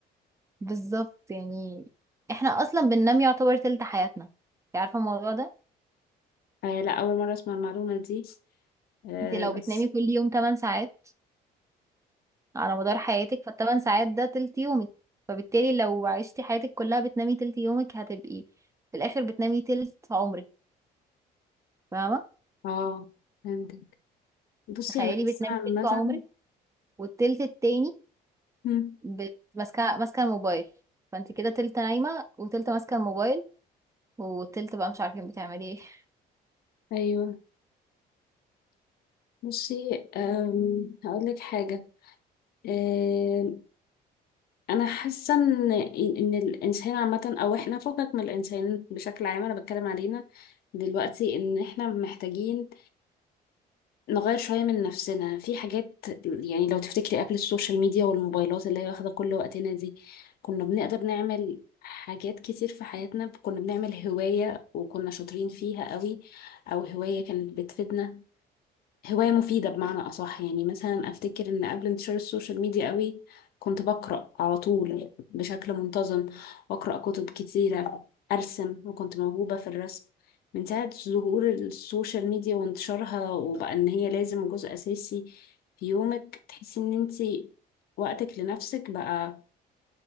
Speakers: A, on the right; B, on the left.
A: بالظبط يعني احنا اصلا بننام يعتبر تلت حياتنا انتي عارفة الموضوع ده
B: آه لا أول مرة أسمع المعلومة دي آه
A: انت لو
B: بس
A: بتنامي كل يوم 8 ساعات على مدار حياتك فالثمان ساعات ده تلت يومك فبالتالي لو عشتي حياتك كلها بتنامي تلت يومك هتبقي في الاخر بتنامي تلت عمرك فاهمه
B: اه فهمتك بصي
A: تخيلي
B: أنا حاسة
A: بتنامي
B: عامة
A: تلت عمرك والتلت التاني
B: مم،
A: ب- ماسكه ماسكه الموبايل فانت كده تلت نايمه وتلت ماسكه الموبايل وتلت بقى مش عارفين بتعملي ايه <laughs>
B: <laughs> أيوه بصي هقول لك حاجة آم، أنا حاسة إن إن الإنسان عامة أو إحنا فكك من الإنسان بشكل عام أنا بتكلم علينا دلوقتي إن إحنا محتاجين نغير شوية من نفسنا في حاجات يعني لو تفتكري قبل السوشيال ميديا والموبايلات اللي هي واخدة كل وقتنا دي كنا بنقدر نعمل حاجات كتير في حياتنا كنا بنعمل هواية وكنا شاطرين فيها قوي أو هواية كانت بتفيدنا هواية مفيدة بمعنى أصح يعني مثلا أفتكر إن قبل انتشار السوشيال ميديا قوي كنت بقرأ على طول بشكل منتظم وأقرأ كتب كتيرة أرسم وكنت موهوبة في الرسم من ساعة ظهور السوشيال ميديا وانتشارها وبقى إن هي لازم وجزء أساسي في يومك تحسي إن أنتي وقتك لنفسك بقى